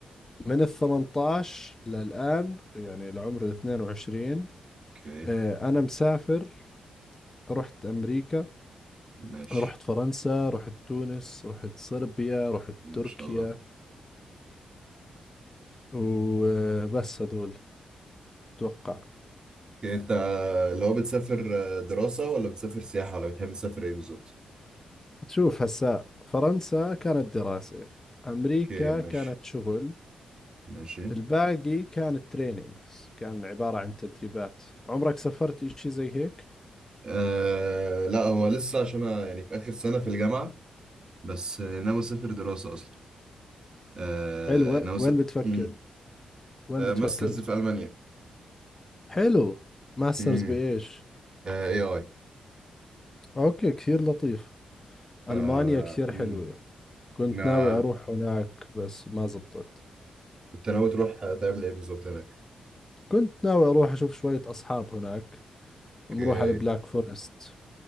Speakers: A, on the left; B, on the right.
A: من ال 18 للان يعني لعمر ال 22
B: اوكي
A: آه، انا مسافر رحت امريكا
B: ماشي
A: رحت فرنسا رحت تونس رحت صربيا رحت
B: ان
A: تركيا
B: شاء الله
A: وبس هذول أتوقع
B: اوكي انت اللي هو بتسافر آه، دراسة ولا بتسافر سياحة ولا بتحب تسافر ايه بالظبط؟
A: تشوف هسا فرنسا كانت دراسة أمريكا
B: اوكي ماشي
A: كانت شغل
B: ماشي
A: الباقي كانت تريننجز كان عبارة عن تدريبات عمرك سافرت إشي زي هيك
B: آه لا هو لسه عشان انا يعني في آخر سنة في الجامعة بس آه، ناوي اسافر دراسة اصلا آه
A: حلو
B: ناوي
A: وين
B: س...
A: بتفكر
B: مم.
A: وين
B: آه
A: بتفكر
B: ماسترز
A: تروح
B: في ألمانيا
A: حلو ماسترز
B: امم
A: بإيش
B: آه اي اي
A: أوكي كثير لطيف
B: ف
A: ألمانيا كثير
B: مم.
A: حلوة كنت
B: ما-
A: ناوي أروح هناك بس ما زبطت
B: انت ناوي تروح تعمل ايه بالظبط هناك؟
A: كنت ناوي أروح أشوف شوية أصحاب هناك
B: اوكي
A: ونروح على البلاك فورست